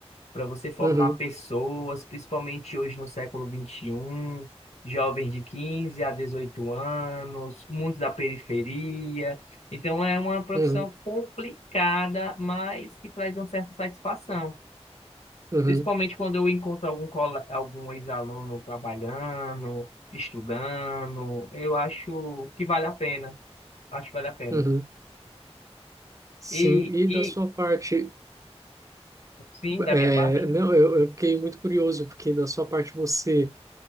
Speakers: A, on the left; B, on the right.
A: para você formar
B: uhum,
A: pessoas, principalmente hoje no século vinte e um, jovens de 15 a 18 anos, muitos da periferia. Então, é uma profissão
B: uhum,
A: complicada, mas que traz uma certa satisfação.
B: uhum,
A: Principalmente quando eu encontro algum, cola- algum ex-aluno trabalhando, estudando, eu acho que vale a pena. Acho que vale a pena.
B: uhum. Sim,
A: E,
B: e
A: e
B: da sua parte,
A: sim, da
B: é,
A: minha parte,
B: não, eu, eu fiquei muito curioso, porque da sua parte você,